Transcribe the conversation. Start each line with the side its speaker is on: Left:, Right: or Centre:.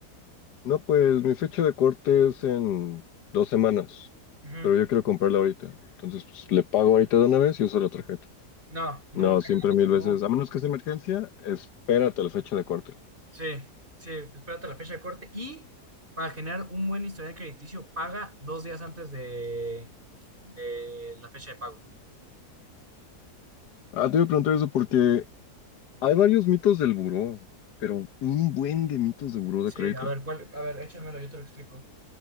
Left: No, pues mi fecha de corte es en dos semanas,
Right: ujú.
Left: pero yo quiero comprarla ahorita. Entonces, pues le pago ahorita de una vez y uso la tarjeta.
Right: No, nunca
Left: No, siempre
Right: hagan
Left: mil
Right: eso, no.
Left: veces, a menos que sea emergencia, espérate a la fecha de corte.
Right: Sí, sí, espérate la fecha de corte y para generar un buen historial crediticio, paga dos días antes de, de la fecha de pago.
Left: Ah, te voy a preguntar eso porque hay varios mitos del buró, pero un buen de mitos de buró
Right: Sí,
Left: de crédito.
Right: a ver, ¿cuál? A ver, échamelo, yo te lo explico.